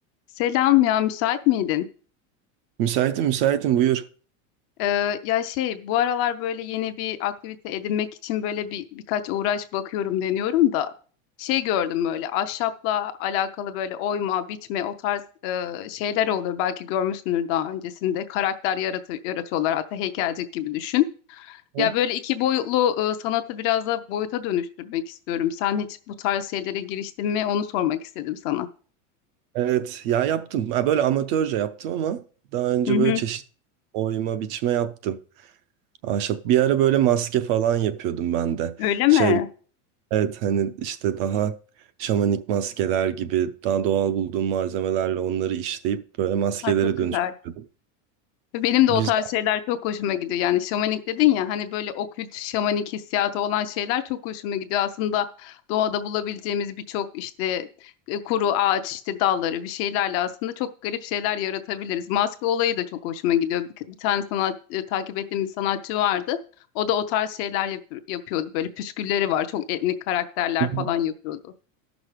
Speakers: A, on the left; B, on the right.
A: Selam ya müsait miydin?
B: Müsaitim, müsaitim buyur.
A: Ee, ya şey bu aralar böyle yeni bir aktivite edinmek için böyle bir birkaç uğraş bakıyorum deniyorum da şey gördüm böyle ahşapla alakalı böyle oyma, biçme o tarz e, şeyler oluyor. Belki görmüşsündür daha öncesinde karakter yaratı yaratıyorlar hatta heykelcik gibi düşün.
B: Hı?
A: Ya böyle iki boyutlu e, sanatı biraz da boyuta dönüştürmek istiyorum. Sen hiç bu tarz şeylere giriştin mi? Onu sormak istedim sana.
B: Evet, ya yaptım. Ha, böyle amatörce yaptım ama daha önce
A: Hı hı.
B: böyle çeşit oyma, biçme yaptım. Ahşap. Bir ara böyle maske falan yapıyordum ben de.
A: Öyle mi?
B: Şey, evet hani işte daha şamanik maskeler gibi daha doğal bulduğum malzemelerle onları işleyip böyle maskelere
A: Ha, çok güzel.
B: dönüştürüyordum.
A: Benim de
B: Güzel.
A: o tarz şeyler çok hoşuma gidiyor. Yani şamanik dedin ya hani böyle okült şamanik hissiyatı olan şeyler çok hoşuma gidiyor. Aslında doğada bulabileceğimiz birçok işte e, kuru ağaç işte dalları bir şeylerle aslında çok garip şeyler yaratabiliriz. Maske olayı da çok hoşuma gidiyor. Bir, bir tane sanat e, takip ettiğim bir sanatçı vardı. O da o tarz şeyler yap- yapıyordu. Böyle püskülleri var. Çok etnik karakterler
B: Hı hı.
A: falan yapıyordu.